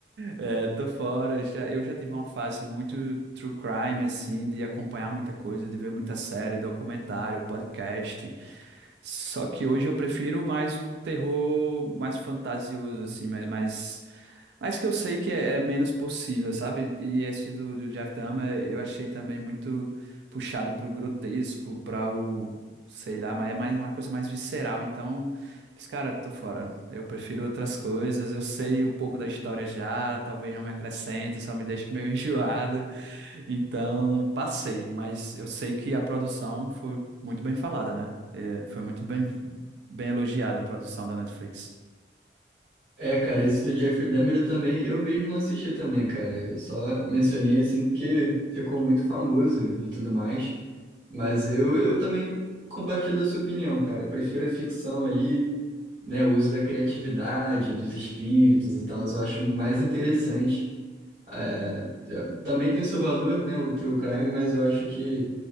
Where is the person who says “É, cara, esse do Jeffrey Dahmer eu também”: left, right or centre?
Right